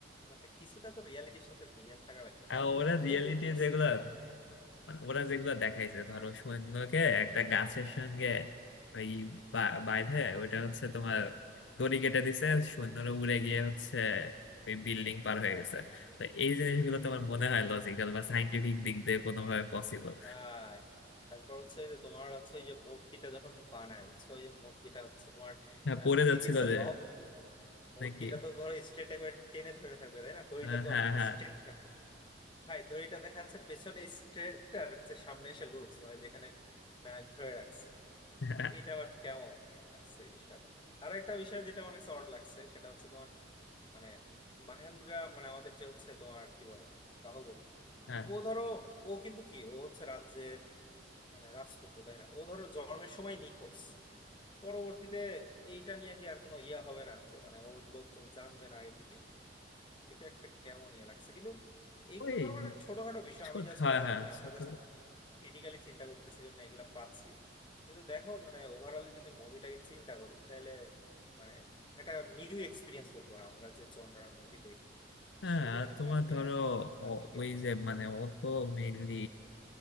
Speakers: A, on the left (about 25°); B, on the left (about 75°).
A: মানে কিছুটা তো রিয়ালিটির সাথে মিলিয়ে থাকা লাগবে না
B: আর
A: যদি
B: ওরা
A: আমরা
B: রিয়েলিটি
A: এনজয় করছি
B: যেগুলো
A: আর কি
B: মানে ওরা যেগুলো দেখাইছে ধরো সৈন্যকে একটা গাছের সঙ্গে ওই বা- বাইধে ওইটা হচ্ছে তোমার দড়ি কেটে দিছে সৈন্যরা উড়ে গিয়ে হচ্ছে ওই বিল্ডিং পার হয়ে
A: হ্যাঁ
B: গেছে
A: হ্যাঁ হ্যাঁ
B: তো এই জিনিসগুলো তোমার মনে হয় লজিক্যাল বা সাইন্টিফিক দিক দিয়ে কোনোভাবে পসিবল
A: আর তারপর হচ্ছে ওই যে তোমার হচ্ছে ওই যে মূর্তিটা যখন বানায় হচ্ছে ওই যে মূর্তিটা হচ্ছে তোমার
B: হ্যাঁ পড়ে যাচ্ছিল
A: ফিজিক্সের
B: যে
A: ল মূর্তিটা
B: নাকি
A: তো ধরো স্ট্রেট একবার টেনে ধরে থাকবে তাই না দড়িটা
B: আহ,
A: তো
B: হ্যাঁ
A: অনেক
B: হ্যাঁ
A: স্ট্রেট থাকবে ভাই দড়িটা দেখা যাচ্ছে পেছনে স্ট্রেট আর হচ্ছে সামনে এসে লুজ মানে যেখানে নাক ধরে রাখছে
B: হ্যাঁ
A: এটা আবার কেমন লাগছে এই বিষয়টা আর একটা বিষয় যেটা আমার কাছে অড লাগছে সেটা হচ্ছে তোমার মানে মাহেন্দ্রা মানে আমাদের যে হচ্ছে তোমার কি বলে বাহুবলী
B: হ্যাঁ
A: ও ধরো ও কিন্তু কি ও হচ্ছে রাজ্যের মানে রাজপুত্র তাই না ও ধরো জন্মের সময় নিখোঁজ পরবর্তীতে এইটা নিয়ে কি আর কোনো ইয়া হবে না যে মানে ওর লোকজন জানবে না আগে থেকেই এটা একটা কেমন ইয়ে লাগছে কিন্তু এইগুলো
B: ওই
A: ধরো মানে ছোটখাটো বিষয়
B: ছোট
A: আমি জাস্ট
B: হ্যাঁ হ্যাঁ
A: মানে আমরা
B: ছোট
A: ক্রিটিক্যালি চিন্তা করতেছি জন্য এগুলা পাচ্ছি কিন্তু দেখো মানে ওভারঅলি যদি মুভিটাকে চিন্তা করি তাহলে মানে একটা নিউ এক্সপিরিয়েন্স বলতে পারো আমরা যে জনরার মুভি দেখি
B: হ্যাঁ
A: সেই জায়গাতে
B: আর তোমার
A: ভারতীয়
B: ধরো
A: আঙ্গিকে
B: ও- ওই যে মানে ও তো মেইনলি